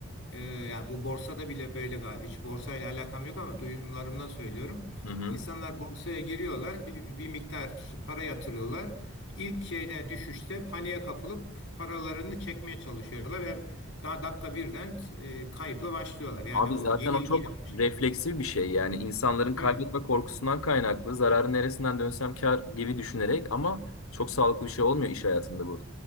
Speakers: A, on the left (about 65°); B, on the left (about 80°).
A: e, ya bu borsada bile böyle galiba. Hiç borsayla alakam yok ama duyumlarımdan söylüyorum.
B: Hı hı.
A: İnsanlar borsaya giriyorlar, bir, bir miktar para yatırıyorlar. İlk şeyde düşüşte paniğe kapılıp paralarını çekmeye çalışıyorlar ve daha dakika birden e, kayıpla başlıyorlar. Yani
B: Abi
A: o
B: zaten
A: yenilgiyle
B: o çok
A: başlıyor,
B: refleksif bir şey yani insanların kaybetme
A: değil mi?
B: korkusundan kaynaklı zararı neresinden dönsem kar gibi düşünerek ama çok sağlıklı bir şey olmuyor iş hayatında bu.